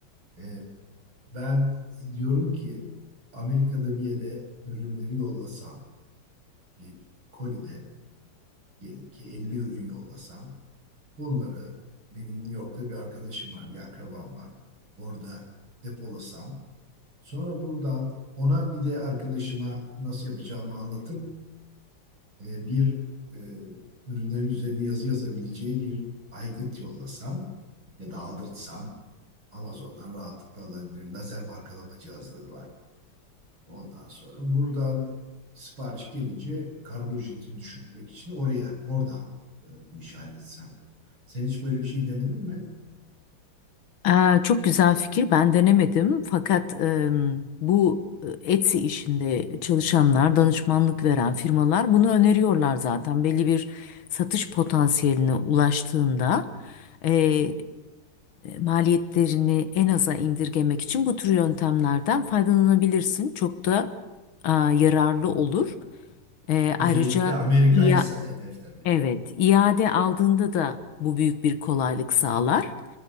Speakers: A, on the right; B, on the left.
A: E, Ben diyorum ki Amerika'da bir yere ürünleri yollasam, bir kolide diyelim ki 50 ürün yollasam, bunları benim New York'ta bir arkadaşım var, bir akrabam var. Orada depolasam, sonra buradan ona bir de arkadaşıma nasıl yapacağımı anlatıp e, bir e, ürünlerin üzerine yazı yazabileceği bir aygıt yollasam ya da aldırtsam Amazon'dan rahatlıkla alabilir. Lazer markalama cihazları var. Ondan sonra buradan sipariş gelince kargo ücretini düşürmek için oraya, oradan e, bu işi halletsem. Sen hiç böyle bir şey denedin mi?
B: Aa, çok güzel fikir. Ben denemedim. Fakat em, bu e, Etsy işinde çalışanlar, danışmanlık veren firmalar bunu öneriyorlar zaten. Belli bir satış potansiyeline ulaştığında e, maliyetlerini en aza indirgemek için bu tür yöntemlerden faydalanabilirsin. Çok da aa, yararlı olur. E,
A: Özellikle
B: ayrıca
A: Amerika
B: ya
A: ise hedef tabii.
B: evet iade aldığında da bu büyük bir kolaylık sağlar.